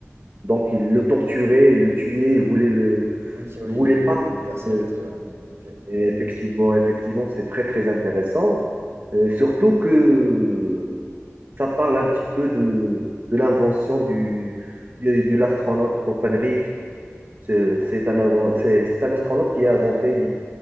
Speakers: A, on the right; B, on the right.
A: donc il le torturait, il le tuait, il voulait le
B: ok, ouais,
A: il voulait
B: il est,
A: pas
B: il est persécuté,
A: euh,
B: ouais. Ok.
A: et Effectivement, effectivement, c'est très très intéressant. Euh, surtout que ça parle un petit peu de, de l'invention du, du, de l'astronaute Copernic. C'est c'est un, inven- c'est c'est un astronaute qui
B: Ouais,
A: a inventé l'idée.